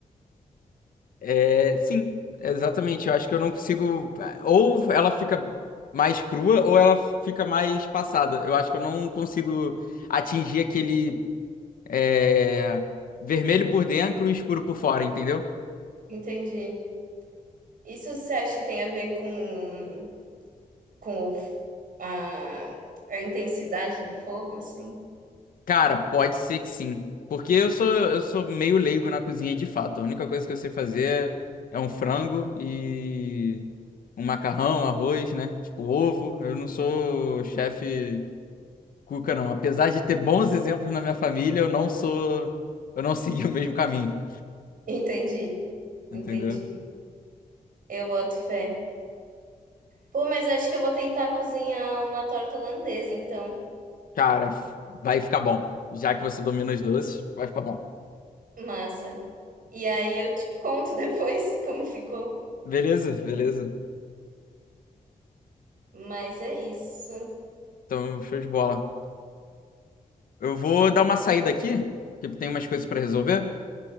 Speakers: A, on the left; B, on the right.
A: É, sim, exatamente. Eu acho que eu não consigo. Ou ela fica mais crua, ou ela fica mais passada. Eu acho que eu não consigo atingir aquele é, vermelho por dentro e escuro por fora, entendeu?
B: Entendi. Isso você acha que tem a ver com, com o f- a, a intensidade do fogo, assim?
A: Cara, pode ser que sim. Porque eu sou, eu sou meio leigo na cozinha de fato. A única coisa que eu sei fazer é um frango e um macarrão, arroz, né? Tipo, ovo. Eu não sou chefe cuca, não. Apesar de ter bons exemplos na minha família, eu não sou. Eu não <laughs> segui o mesmo caminho.
B: Entendi.
A: Entendeu?
B: Entendi. Eu boto fé. Pô, mas acho que eu vou tentar cozinhar uma torta holandesa, então.
A: Cara, vai ficar bom. Já que você domina os doces, vai ficar bom.
B: Massa. E aí eu te <laughs> conto depois como ficou.
A: Beleza, beleza.
B: Mas é isso.
A: Então, show de bola. Eu vou dar uma saída aqui, que tem umas coisas pra resolver.